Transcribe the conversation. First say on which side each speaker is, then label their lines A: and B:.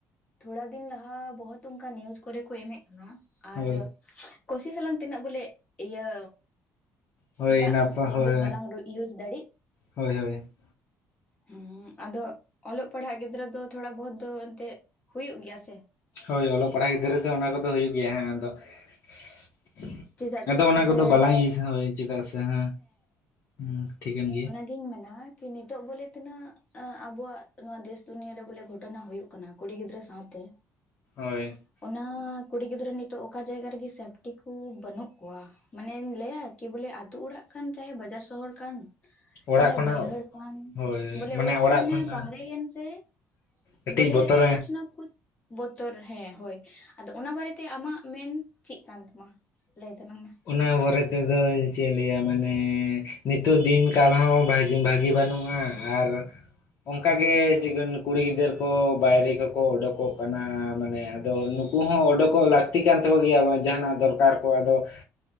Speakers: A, on the left (about 25°); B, on the left (about 50°).
A: ᱛᱷᱚᱲᱟ ᱫᱤᱱ ᱞᱟᱦᱟ ᱵᱚᱦᱩᱛ ᱚᱱᱠᱟ ᱱᱤᱣᱩᱡ ᱠᱚᱨᱮ ᱠᱚ ᱮᱢᱮᱫ ᱠᱟᱱᱟ
B: ᱦᱳᱭ
A: ᱟᱨ ᱠᱳᱥᱤᱥ ᱟᱞᱟᱝ ᱛᱤᱱᱟᱹᱜ ᱵᱚᱞᱮ ᱤᱭᱟᱹ
B: ᱦᱳᱭ
A: ᱮᱴᱟᱜ
B: ᱱᱟᱯᱟᱭ
A: ᱞᱮᱝᱜᱩᱭᱮᱡᱽ
B: ᱦᱳᱭ
A: ᱵᱟᱞᱟᱝ ᱤᱭᱩᱡᱽ ᱫᱟᱲᱮᱜ
B: ᱦᱳᱭ ᱦᱳᱭ ᱾
A: ᱦᱩᱸ ᱟᱫᱚ ᱚᱞᱚᱜ ᱯᱟᱲᱦᱟᱜ ᱜᱤᱫᱽᱨᱟᱹ ᱫᱚ ᱛᱷᱚᱲᱟ ᱵᱚᱦᱳᱛ ᱫᱚ ᱮᱱᱛᱮᱫ ᱦᱩᱭᱩᱜ ᱜᱮᱭᱟ ᱥᱮ ᱾
B: ᱦᱳᱭ ᱚᱞᱚᱜ ᱯᱟᱲᱦᱟᱜ ᱜᱤᱫᱽᱨᱟᱹ ᱫᱚ ᱚᱱᱟ ᱠᱚᱫᱚ ᱦᱩᱭᱩᱜ ᱜᱮᱭᱟ ᱦᱮᱸ ᱟᱫᱚ ᱾
A: ᱪᱮᱫᱟᱜ
B: ᱟᱫᱚ ᱚᱱᱟ
A: ᱥᱮ
B: ᱠᱚᱫᱚ ᱵᱟᱞᱟᱝ ᱤᱭᱩᱥᱟ ᱦᱳᱭ ᱪᱮᱫᱟᱜ ᱥᱮ ᱡᱟᱦᱟᱸ ᱦᱮᱸ ᱴᱷᱤᱠᱟᱹᱱ ᱜᱮᱭᱟ ᱾
A: ᱫᱩᱧ ᱢᱮᱱᱟ ᱠᱤ ᱱᱤᱛᱚᱜ ᱵᱚᱞᱮ ᱛᱤᱱᱟᱹᱜ ᱟᱵᱚᱣᱟᱜ ᱱᱚᱣᱟ ᱫᱮᱥ ᱫᱩᱱᱤᱭᱟᱹ ᱨᱮ ᱵᱚᱞᱮ ᱜᱷᱚᱴᱚᱱᱟ ᱦᱩᱭᱩᱜ ᱠᱟᱱᱟ ᱠᱩᱲᱤ ᱜᱤᱫᱽᱨᱟᱹ ᱥᱟᱶᱛᱮ ᱾
B: ᱦᱳᱭ ᱾
A: ᱚᱱᱟ ᱠᱩᱲᱤ ᱜᱤᱫᱽᱨᱟᱹ ᱱᱤᱛᱚᱜ ᱚᱠᱟ ᱡᱟᱭᱜᱟ ᱨᱮᱜᱮ ᱥᱮᱯᱴᱤ ᱠᱩ ᱵᱟᱹᱱᱩᱜ ᱠᱚᱣᱟ ᱾ ᱢᱟᱱᱮᱧ ᱞᱟᱹᱭᱟ ᱠᱤ ᱵᱚᱞᱮ ᱟᱛᱳ ᱚᱲᱟᱜ ᱠᱟᱱ ᱪᱟᱦᱮ ᱵᱟᱡᱟᱨ ᱥᱚᱦᱚᱨ ᱠᱟᱱ
B: ᱚᱲᱟᱜ
A: ᱪᱟᱦᱮ
B: ᱠᱷᱚᱱᱟᱜ
A: ᱵᱟᱹᱭᱦᱟᱹᱲ ᱠᱟᱱ
B: ᱦᱳᱭ
A: ᱵᱚᱞᱮ
B: ᱢᱟᱱᱮ
A: ᱚᱲᱟᱜ ᱠᱷᱚᱱᱮ
B: ᱠᱷᱚᱱᱟᱜ
A: ᱵᱟᱦᱨᱮᱭᱮᱱ ᱥᱮ
B: ᱠᱟᱹᱴᱤᱡ
A: ᱵᱚᱞᱮ
B: ᱵᱚᱛᱚᱨ
A: ᱠᱩᱪᱷ ᱱᱟ ᱠᱩᱪᱷ ᱵᱚᱛᱚᱨ ᱦᱮᱸ ᱦᱳᱭ ᱟᱫᱚ ᱚᱱᱟ ᱵᱟᱨᱮ ᱛᱮ ᱟᱢᱟᱜ ᱢᱮᱱ ᱪᱮᱫ ᱠᱟᱱ ᱛᱟᱢᱟ? ᱞᱟᱹᱭ ᱛᱟᱞᱟᱝ ᱢᱮ ᱾
B: ᱚᱱᱟ ᱵᱚᱨᱮ ᱛᱮᱫᱚ ᱪᱮᱫ ᱤᱧ ᱞᱟᱹᱭᱟ? ᱢᱟᱱᱮ ᱱᱤᱛᱚᱜ ᱫᱤᱱ ᱠᱟᱞ ᱦᱚᱸ ᱵᱷᱟᱡᱤ ᱵᱷᱟᱹᱜᱤ ᱵᱟᱹᱱᱩᱜᱼᱟ, ᱟᱨ ᱚᱱᱠᱟ ᱜᱮ ᱪᱤᱠᱟᱹᱱ ᱠᱩᱲᱤ ᱜᱤᱫᱟᱹᱨ ᱠᱚ ᱵᱟᱭᱨᱮ ᱠᱚᱠᱚ ᱚᱰᱳᱠᱚᱜ ᱠᱟᱱᱟ, ᱢᱟᱱᱮ ᱟᱫᱚ ᱱᱩ ᱠᱚ ᱦᱚᱸ ᱚᱰᱳᱠᱚᱜ ᱞᱟᱹᱠᱛᱤ ᱠᱟᱱ ᱛᱟᱠᱚ ᱜᱮᱭᱟ ᱵᱟᱝ, ᱡᱟᱦᱟᱱᱟᱜ ᱫᱚᱨᱠᱟᱨ ᱠᱚ ᱟᱫᱚ,